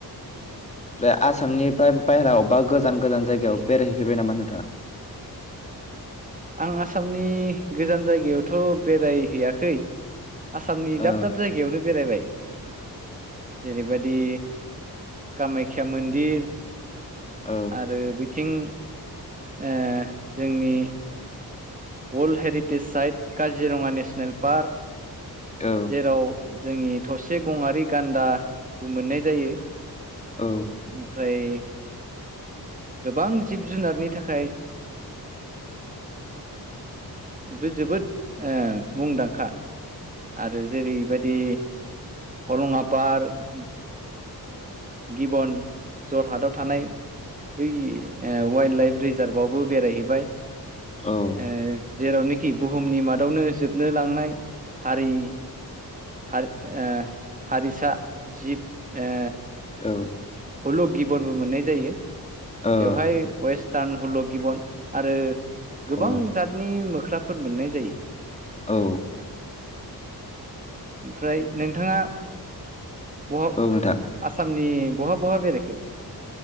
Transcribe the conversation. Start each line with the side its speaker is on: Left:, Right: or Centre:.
Left: बे आसामनिफ्राय बायहेराव बा गोजान गोजान जायगायाव बेरायहैफैबाय नामा नोंथाङा?
Right: आं आसामनि गोजान जायगायावथ' बेरायहैयाखै। आसामनि
Left: औ
Right: दाब दाब जायगायावनो बेरायबाय जेरैबायाददि। कामायख्या मन्दिर।
Left: औ
Right: आरो बिथिं ओ जोंनि। World heritage site Kaziranga national park
Left: औ
Right: जेराव जोंनि थसे गंआरि गान्दाबो मोननाय जायो। ओमफ्राय
Left: औ
Right: गोबां जिब जुनारनि थाखाय। बे जोबोद ओ मुंदांखा आरो जेरैबायदि। हरुं आ पार्क। गिबन। जरहाटआव थानाय बै वाइल्ड लाइफ रिजार्भआवबो बेरायहैबाय।
Left: औ
Right: <unintelligible> जेरावनोखि बुहुमनि मादावनो जोबनो लांनाय हारि। हारि ओ हारिसाा जिब ओ
Left: औ
Right: हुलु गिबनबो मोननाय जायो
Left: औ
Right: बेवहाय वेस्टार्न हुलु गिबन आरो। गोबां
Left: औ
Right: जातनि मोख्राफोर मोननाय जायो।
Left: औ
Right: ओमफ्राय नोंथाङा बह
Left: नोंथां
Right: आसामनि बहा बहा बेराइखो